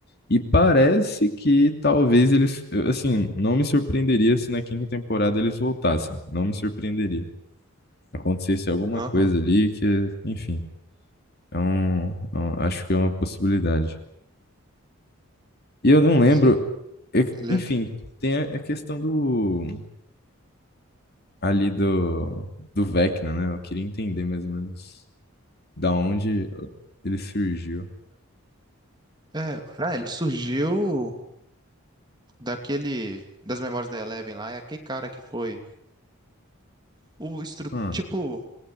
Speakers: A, on the left; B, on the right.
A: E parece que talvez eles, eu, assim, não me surpreenderia se na quinta temporada eles voltassem. Não me surpreenderia. Acontecesse alguma
B: Aham,
A: coisa ali que, enfim, é um, é um- acho que é uma possibilidade. E eu não lembro,
B: sim.
A: é-
B: Ele,
A: enfim,
B: é,
A: tem a a questão do, ali do, do Vecna, né? Eu queria entender mais ou menos. Da onde ele surgiu?
B: é, é, ele surgiu daquele, das memórias da Eleven lá, é aquele cara que foi o estru,
A: Ah,
B: tipo,